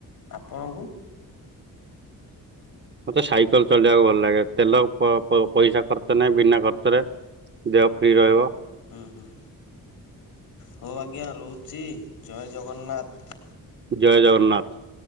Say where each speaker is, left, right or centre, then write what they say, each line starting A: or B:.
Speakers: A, on the left; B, on the right.
A: ଆପଣଙ୍କୁ?
B: ମତେ ସାଇକଲ ଚଳେଇବାକୁ ଭଲ ଲାଗେ ତେଲ ପ ପ ପଇସା ଖର୍ଚ୍ଚ ନାହିଁ ବିନା ଖର୍ଚ୍ଚରେ ଦେହ ଫ୍ରି ରହିବ।
A: ଉଁ ହୁଁ ହୋଉ ଆଜ୍ଞା ରହୁଚି ଜୟ ଜଗନ୍ନାଥ।
B: ଜୟ ଜଗନ୍ନାଥ।